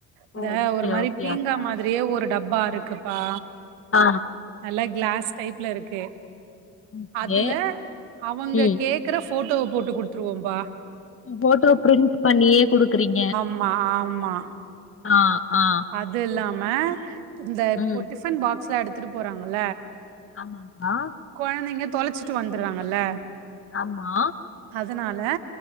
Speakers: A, on the right (about 75°); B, on the left (about 30°).
A: இந்த
B: ஓ ஓகே
A: ஒரு மாரி
B: ஓகே
A: பீங்கா
B: அக்கா
A: மாதிரியே ஒரு டப்பா இருக்குப்பா
B: ஆ
A: நல்ல கிளாஸ் டைப்ல இருக்கு
B: ஓகே
A: அதுல அவங்க
B: ம்
A: கே க்குற போட்டோவ போட்டு குடுத்துருவோம்பா
B: போட்டோ பிரிண்ட் பண்ணியே குடுக்குறீங்க
A: ம்மா ஆமா
B: ஆ ஆ
A: அது இல்லாம இந்த இப்போ
B: ம்
A: டிஃபன் பாக்ஸ்ல எடுத்துட்டு போறாங்கள
B: ஆமா பா
A: கொழந்தைங்க தொலைச்சிட்டு வந்துருராங்கல்ல
B: ஆமா
A: அதனால